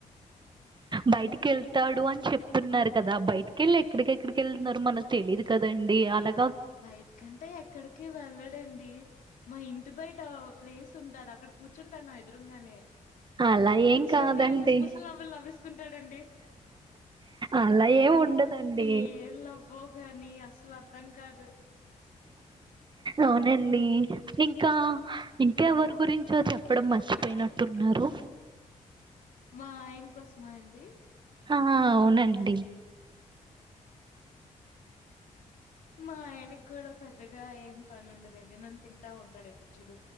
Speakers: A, on the right (about 35°); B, on the left (about 80°).
A: బయటికి వెళ్తాడు అని చెప్ న్నారు కదా బయటికెళ్ళి ఎక్కడికెక్కడికి వెళ్తున్నారు మనకు తెలీదు కదండి అలా
B: బయట కంటే ఎక్కడికి వెళ్ళడండి మా ఇంటి బయట ప్లేస్ ఉంటది అక్కడ కూర్చుంటా నా ఎదురుంగానే
A: అలా ఏం
B: కుచ్ కూర్చొని
A: కాదండి
B: ముసు ముసులు నవ్లు నవ్్వేసుకుంటాడండి
A: అలా ఏం ఉండదండి
B: ఈ ఏం లవ్ వో గాని అసలు అర్ధం కాదు
A: అవునండి ఇంకా ఇంకేవరి గురించో చెప్పడం మర్చిపోయినట్టున్నారు
B: మా ఆయన కోసం మండి
A: ఆ అవునండి
B: మా ఆయనకి కూడా పెద్దగా ఏం పని ఉండదండి నన్ను తింటా ఉంటాడు ఎప్పుడు చూడు